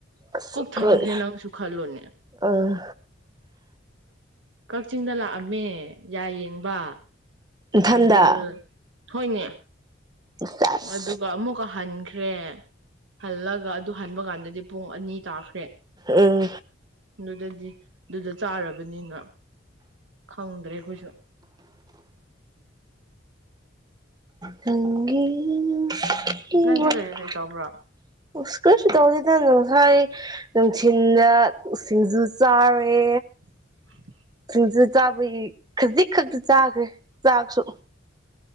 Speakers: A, on the right (about 20°); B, on the right (about 70°).
A: ꯑꯁ
B: ꯄꯨꯛ ꯊꯟꯈ꯭ꯔꯦ
A: ꯍꯣꯏ
B: ꯅꯪꯁꯨ ꯈꯜꯂꯣꯅꯦ
A: ꯎꯝ
B: ꯀ ꯀꯛꯆꯤꯡꯗ ꯂꯥꯛꯑꯝꯃꯦ ꯌꯥꯌꯦꯡꯕ
A: ꯏꯊꯟꯗ
B: ꯑꯗꯨ ꯍꯣꯏꯅꯦ
A: ꯆꯁ
B: ꯑꯗꯨꯒ ꯑꯃꯨꯛꯀ ꯍꯟꯈ꯭ꯔꯦ ꯍꯜꯂꯒ ꯑꯗꯨ ꯍꯟꯕ ꯀꯥꯟꯗꯗꯤ ꯄꯨꯡ ꯑꯅꯤ ꯇꯥꯈ꯭ꯔꯦ
A: ꯎꯝ
B: ꯑꯗꯨꯗꯗꯤ ꯑꯗꯨꯗ ꯆꯥꯔꯕꯅꯤꯅ ꯈꯪꯗ꯭ꯔꯦ ꯈꯣꯏꯁꯨ
A: ꯅꯪꯒꯤ ꯅꯨꯡꯁꯤ <unintelligible>
B: ꯅꯪꯗꯤ ꯀꯔꯤ ꯀꯔꯤ ꯇꯧꯕ꯭ꯔꯣ
A: ꯑꯁ ꯀꯔꯤꯁꯨ ꯇꯧꯗꯦ <unintelligible> ꯉꯁꯥꯏ ꯅꯨꯡꯊꯤꯟꯗ ꯁꯤꯡꯖꯨ ꯆꯥꯔꯦ
B: <inaudible>
A: ꯁꯤꯡꯖꯨ ꯆꯥꯕꯩ ꯈꯖꯤꯛ ꯈꯛꯇ ꯆꯥꯈ꯭ꯔꯦ ꯆꯥꯛꯁꯨ